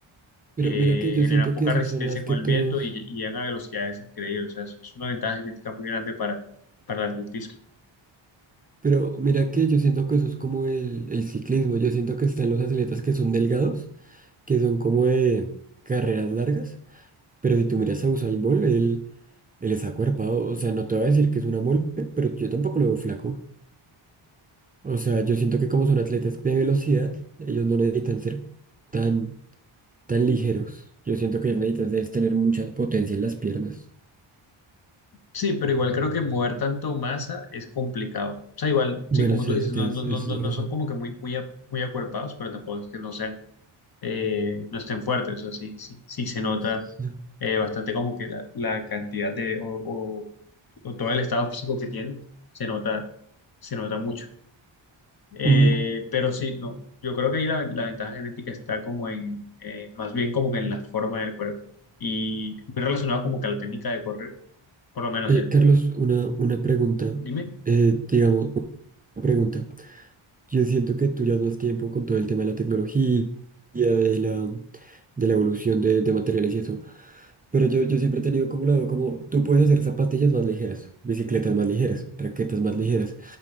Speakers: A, on the right; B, on the left.
A: pero
B: Eh,
A: mira que yo
B: generan
A: siento
B: poca
A: que esos
B: resistencia
A: son más
B: con
A: que
B: el
A: todos.
B: viento y, y llegan a velocidades increíbles. O sea, es es una ventaja genética muy grande para, para el atletismo.
A: Pero mira que yo siento que eso es como el, el ciclismo, yo siento que están los atletas que son delgados que son como de carreras largas, pero si tú miras a Usain Bolt, él, él es acuerpado, o sea, no te voy a decir que es una mole, pero yo tampoco lo veo flaco. O sea, yo siento que como son atletas de velocidad, ellos no necesitan ser tan, tan ligeros. Yo siento que ellos necesitan es tener mucha potencia en las piernas.
B: Sí, pero igual creo que mover tanto masa es complicado. O sea, igual,
A: Bueno,
B: sí, como
A: sí,
B: tú dices,
A: eso tienes,
B: no, no, no,
A: esa
B: no
A: es
B: no
A: razón.
B: son como que muy, muy, a- muy acuerpados, pero tampoco es que no sean, eh, no estén fuertes. O sea, sí, sí, sí se nota
A: Sí.
B: eh, bastante como que la, la cantidad de, o, o- o todo el estado físico que tienen, se nota, se nota mucho. Eh,
A: Mm,
B: pero sí, no, yo creo que ahí la, la ventaja genética está como en, eh, más bien como que en la forma del cuerpo. Y muy relacionado como que a la técnica de correr por lo menos
A: eh,
B: en,
A: Carlos, una, una pregunta,
B: Dime.
A: eh, digamos, una pregunta. Yo siento que tú llevas más tiempo con todo el tema de la tecnología, de la, de la evolución de, de materiales y eso. Pero yo, yo siempre he tenido como lado, como tú puedes hacer zapatillas más ligeras, bicicletas más ligeras, raquetas más ligeras.